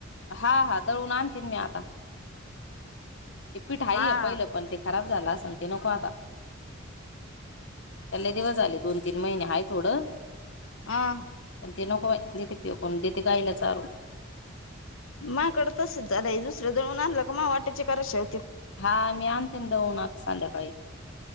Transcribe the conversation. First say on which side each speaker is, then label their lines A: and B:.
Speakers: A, on the left (about 65°); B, on the left (about 85°).
A: हा हा ून आणतीलन मी आता ते पीठाईय
B: हा.
A: पहिलं पण ते खराब झाला अस ते नको आता त्याले दिवस आले दोन तीन महिने हाय थोडं
B: हह
A: पण ते नको देते फेकून देत गाईलाचारू
B: मा कडं तसेच झालंय दुसरं दळून आणलं का मा वाट्याचे कर शा-
A: हा मी आणतेन दळून आता संध्याकाळी